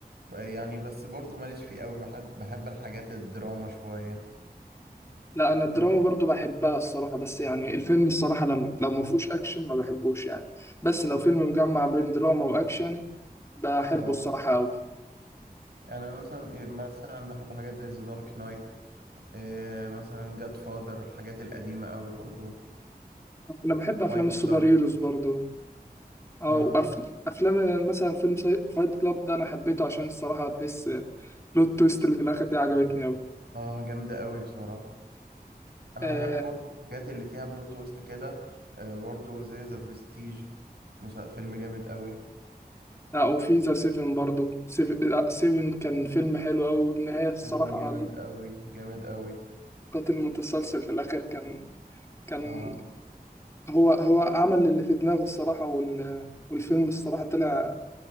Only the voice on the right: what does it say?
بقى يعني بس برضو ماليش فيه قوي بحب بحب الحاجات الدراما شوية
انت إيه؟
اه
يعني أنا مثلا إيه، مثلا بحب حاجات زي ذا دارك نايت إيه، مثلا جاد فاذر الحاجات القديمة قوي برضو
فايت
كلاب
اه
اه جامدة قوي بصراحة انا
بحب برضو الحاجات اللي فيها بلوت تويست كده آه، برضو زي ذا برستيج مسا- فيلم جامد قوي
سيفن جامد قوي جامد قوي
اه